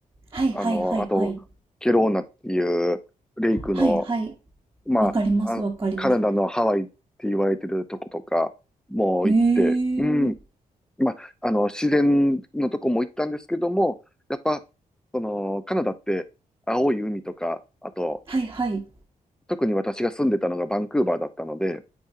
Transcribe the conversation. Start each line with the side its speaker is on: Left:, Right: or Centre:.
Right: はいはいはいはい。
Centre: あのー、あと、ケローナっていうレイクの、
Right: はいはい。
Centre: まあ、
Right: わかります、
Centre: あの、
Right: わかります。
Centre: カナダのハワイって言われてるとことかも行って、
Right: へえ。
Centre: うん、まあ、あの、自然のとこも行ったんですけども、やっぱ、その、カナダって青い海とか、あと、
Right: はいはい。
Centre: 特に私が住んでたのがバンクーバーだったので、